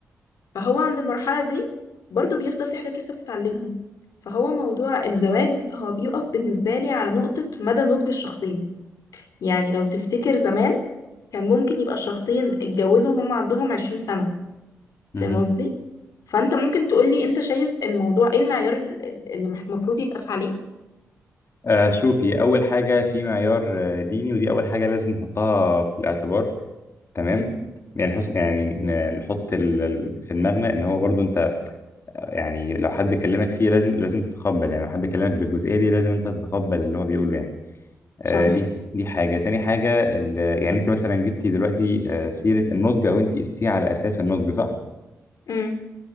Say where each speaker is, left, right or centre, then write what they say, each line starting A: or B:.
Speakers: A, on the left; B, on the left.
A: فهو عند المرحله دي برضو بيفضل في حاجات لسه بتتعلمها فهو موضوع الزواج هو بيقف بالنسبه لي على نقطه مدى نضج الشخصين يعني لو تفتكر زمان كان ممكن يبقى الشخصين اتجوزوا وهم عندهم 20 سنه
B: مهم.
A: فاهم قصدي فانت ممكن تقولي انت شايف الموضوع ايه المعيار ال- ال- اللي مح- المفروض يتقاس عليه
B: آه شوفي أول حاجة في معيار آه، ديني ودي أول حاجة لازم نحطها في الاعتبار تمام
A: مم.
B: يعني نحس يعني ن- نحط ال... ال- في دماغنا ان هو برضو انت يعني لو حد كلمك فيه لازم لازم تتقبل يعني لو حد كلمك بالجزئيه دي لازم انت تتقبل اللي هو بيقوله يعني آه
A: صح
B: دي دي حاجه تاني حاجه ال... يعني انت مثلا جبتي دلوقتي آه سيره النضج او انت قستيه على اساس النضج صح
A: امم